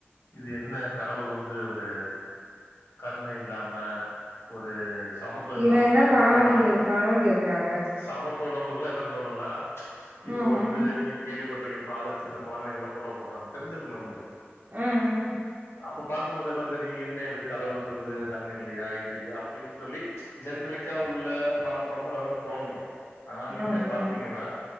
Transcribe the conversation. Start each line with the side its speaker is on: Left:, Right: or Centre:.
Left: இது என்ன கடவுள் வந்து ஒரு கருணை இல்லாம ஒரு சமத்துவோ இல்லாம
Right: இவ
Left: இருக்கிற
Right: பாவம்
Left: மாரிதா
Right: பண்ணிருக்கானோனு என்ன கேக்குறாங்க
Left: சமத்துவோ உள்ளவங்களுக்கெல்லா என்ன தோணும்னா ச் இப்போ
Right: ம்
Left: வந்து
Right: ம்
Left: நீங்க கேள்விப்பட்டிருகே பாலஸ் சின்ன கொழந்தைகல்லா கொல்லப்படுறாங்க தெரிஞ்சிருக்குமே உங்களுக்கு
Right: ம் ம்
Left: அப்ப பாகும்போது எல்லா தெரியு என்ன இது கடவுளுக்கு வந்து கண் இல்லையா இது இல்லையா அப்டின்னு சொல்லி ச் ஜென்ரிக்கா உள்ள மனப்பான்ம அதா தோன்று ஆனா
Right: ம்
Left: நீங்க
Right: ஆ
Left: பாத்தீங்கன்னா
Right: ஆ